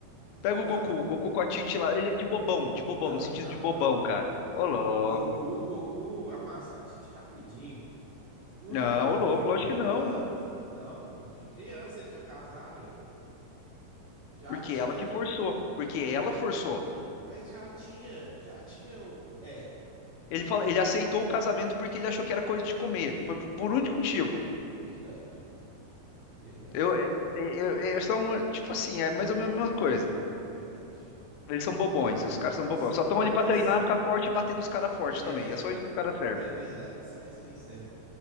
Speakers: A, on the left (about 80°); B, on the right (about 75°).
A: Pega
B: Não.
A: o Goku, o Goku com a Titi lá. Ele é de bobão, de bobão,
B: Não,
A: no sentido
B: não,
A: de bobão,
B: não, não,
A: cara.
B: não, não,
A: Ô, louco.
B: não. O Goku, Goku amassou a Titi rapidinho. O
A: Não,
B: Naruto
A: ô, louco,
B: ficou
A: lógico
B: enrolando,
A: que não.
B: fi. Não, de criança eles já casaram, ué. Já
A: Porque
B: tinha,
A: ela que forçou. Porque ela forçou.
B: mas já tinha, já tinha o... É, verdade,
A: Ele fala, ele aceitou o casamento porque ele achou que era coisa de comer. Foi por por único motivo.
B: verdade, verdade,
A: Eu, é- é- eu, é- são, é, tipo assim, é mais ou menos a mesma coisa.
B: verdade.
A: Eles são bobões, os caras são bobões.
B: Não,
A: Só estão ali
B: mas
A: pra treinar, ficar forte e bater nos caras fortes
B: é,
A: também. É só isso que os caras servem.
B: é verdade. Só isso que ele serve.